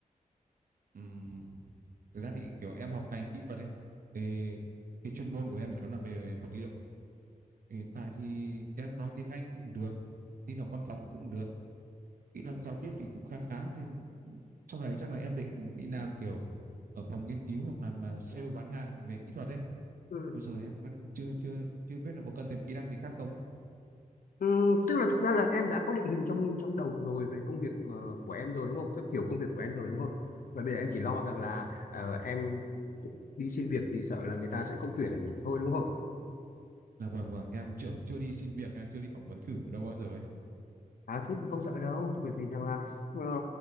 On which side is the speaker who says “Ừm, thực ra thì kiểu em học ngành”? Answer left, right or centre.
Right